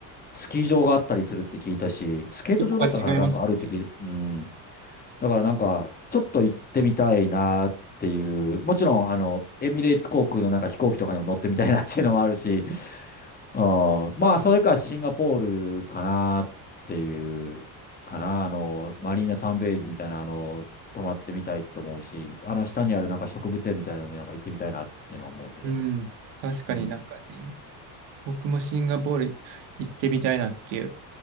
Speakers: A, on the left; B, on the right.
A: スキー場があったりするって聞いたし、スケート場だったからなんかあるって聞い、
B: 一個は違いますよね。
A: うん。だからなんか、ちょっと行ってみたいなっていう、もちろん、あの、エミレーツ航空のなんか飛行機とかにも乗ってみたいなっていうのもあるし、うん、まあ、それかシンガポールかなっていう、かな、あの、マリーナサンベイズみたいな、あの、泊まってみたいと思うし、あの、下にあるなんか植物園みたいなのもなんか行ってみたいなっていうのは思うけど。
B: うん。確かになんか、
A: うん。
B: 僕もシンガポール行ってみたいなっていう。